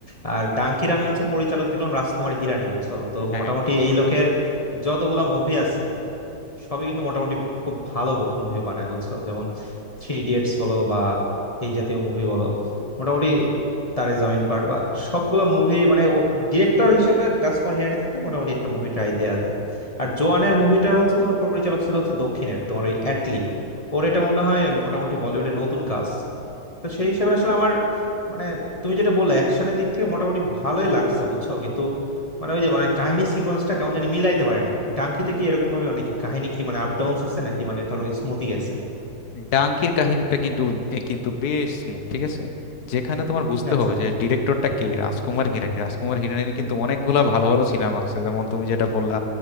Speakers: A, on the left; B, on the left.
A: আর ডাঙ্কির আমি হচ্ছে পরিচালক দেখলাম রাজকুমার হিরানি বুঝছো তো
B: হ্যাঁ
A: মোটামুটি এই লোকের যতগুলা মুভি আছে সবই কিন্তু মোটামুটি খুব ভালো মুভি বানায় বুঝছো যেমন থ্রি ইডিয়েটস বলো বা এই জাতীয় মুভি বলো মোটামুটি তারে জামিন পার বা সবগুলো মুভি মানে ডিরেক্টর হিসেবে দাস হিরানি থাকলে মোটামুটি একটা মুভি ট্রাই দেয়া যায় আর জোয়ানের মুভিটার হচ্ছে তোমার পরিচালক ছিল হচ্ছে দক্ষিণের তোমার ওই অ্যাটলি ওর এটা মনে হয় মোটামুটি বলিউডে নতুন কাজ তো সেই হিসেবে আসলে আমার মানে তুমি যেটা বললে অ্যাকশনের দিক থেকে মোটামুটি ভালোই লাগছে বুঝছো কিন্তু মানে ওই যে মানে কাহিনী সিকোয়েন্সটা কেমন জানি মিলাইতে পারে নাই ডাঙ্কিতে কি এরকম ভাবে অনেক কাহিনী কি মানে আপ ডাউনস আছে নাকি মানে ধরো স্মুথি গেছে
B: ডাঙ্কির কাহিনীটা কিন্তু এ কিন্তু বেশ স্মুথ ঠিক আছে যেখানে তোমার বুঝতে
A: আচ্ছা
B: হবে যে ডিরেক্টরটা কে রাজকুমার হিরানি রাজকুমার হিরানির কিন্তু অনেকগুলা ভালো ভালো সিনেমা আছে যেমন তুমি যেটা বললা